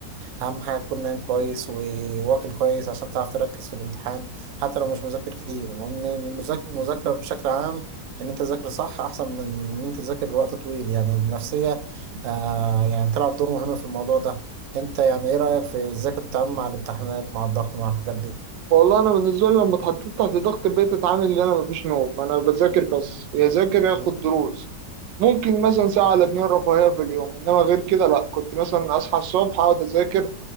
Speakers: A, on the right (about 70°); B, on the right (about 85°).
A: أهم حاجة تكون نايم كويس وواكل كويس عشان تعرف تركز في الامتحان حتى لو مش مذاكر كتير وإن المذاك- المذاكرة بشكل عام إن أنت تذاكر صح أحسن من إن أنت تذاكر لوقت طويل يعني النفسية آه يعني تلعب دور مهم في الموضوع ده أنت يعني إيه رأيك في إزاي كنت بتتعامل مع الامتحانات مع الضغط مع الحاجات دي؟
B: والله انا بالنسبه لي لما اتحطيت تحت ضغط البيت اتعامل ان انا مفيش نوم انا بذاكر بس يا ذاكر يا اخد
A: مم.
B: دروس ممكن مثلا ساعه ولا اتنين رفاهيه في اليوم انما غير كده لا كنت مثلا اصحى الصبح اقعد اذاكر